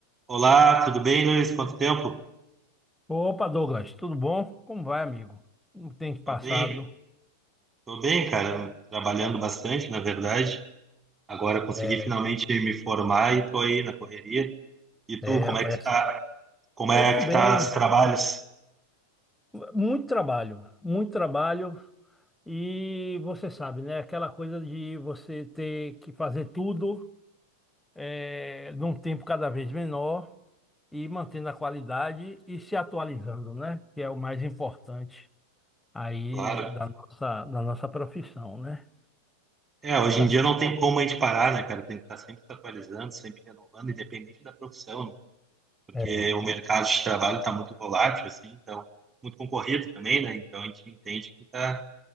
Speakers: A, on the right (about 20°); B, in the centre.
A: Olá, tudo bem, Luiz? Quanto tempo?
B: Opa, Douglas, tudo bom? Como vai, amigo? Como tem te passado?
A: Tô bem, tô bem, cara. Trabalhando bastante, na verdade. Agora consegui
B: É,
A: finalmente me formar e tô aí na correria. E tu,
B: é,
A: como
B: rapaz.
A: é que tá? Como é
B: Eu tô bem.
A: que tá os trabalhos?
B: Muito trabalho, muito trabalho. E você sabe, né? Aquela coisa de você ter que fazer tudo é, num tempo cada vez menor e mantendo a qualidade e se atualizando, né? Que é o mais importante aí
A: Claro.
B: da nossa, da nossa profissão, né?
A: É, hoje
B: Está...
A: em dia não tem como a gente parar, né, cara? Tem que estar sempre se atualizando, sempre renovando, independente da profissão, né? Porque
B: É,
A: o mercado de trabalho está muito volátil, assim, então muito concorrido também, né? Então a gente entende que está